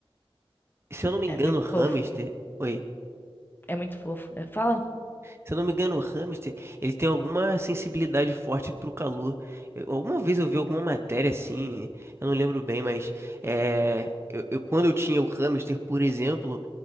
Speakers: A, on the right; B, on the left.
A: Se eu não me
B: É
A: engano,
B: muito
A: hamster.
B: fofo.
A: Oi.
B: É muito fofo. É, fala.
A: Se eu não me engano, o hamster, ele tem alguma sensibilidade forte pro calor. Eu- alguma vez eu vi alguma matéria assim, eu não lembro bem, mas é, eu, eu- quando eu tinha o hamster, por exemplo,